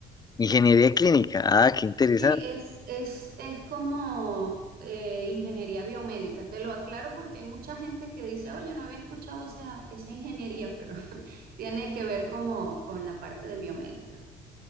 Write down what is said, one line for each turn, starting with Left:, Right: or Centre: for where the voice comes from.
Left: Ingeniería clínica, ah, qué interesante.
Right: Sí, es, es, es como eh, ingeniería biomédica. Te lo aclaro porque hay mucha gente que dice, oye, no había escuchado esa, esa ingeniería, pero <laughs> tiene que ver como con la parte de biomédica.